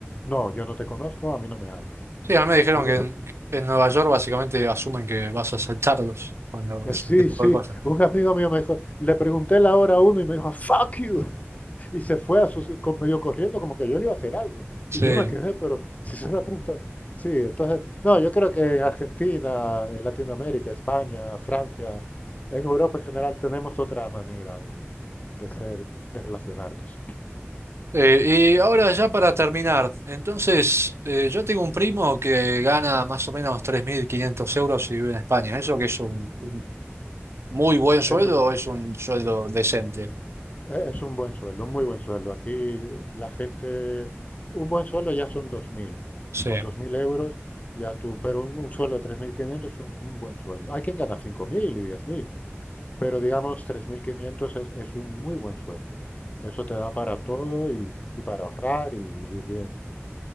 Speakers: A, on the left; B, on the right.
A: no, yo no te conozco, a mí no me hables.
B: Sí, a mí me dijeron
A: Y yo,
B: que
A: pero-
B: en, en Nueva York básicamente asumen que vas a asaltarlos cuando
A: eh,
B: haces
A: sí,
B: este tipo
A: sí,
B: de cosas.
A: un amigo mío me dijo, le pregunté la hora a uno y me dijo, fuck you, <laughs> y se fue a su, con- medio corriendo como que yo le iba a hacer algo.
B: Sí.
A: Y yo me quedé, pero si se lo preguntó, sí, entonces, no, yo creo que en Argentina, en Latinoamérica, España, Francia, en Europa en general tenemos otra manera de, de ser, de relacionarnos.
B: Eh, y ahora ya para terminar, entonces eh, yo tengo un primo que gana más o menos 3.500 euros y vive en España. ¿Eso que es un, un muy buen sueldo
A: Eso,
B: o es un sueldo decente?
A: Eh, Es un buen sueldo, un muy buen sueldo. Aquí la gente, un buen sueldo ya son dos mil
B: Sí.
A: Con 2.000 euros ya tú, pero un, un sueldo de 3.500 es un, un buen sueldo. Hay quien gana 5.000 y diez mil pero digamos 3.500 es, es un muy buen sueldo. Eso te da para todo y, y para ahorrar y vivir bien.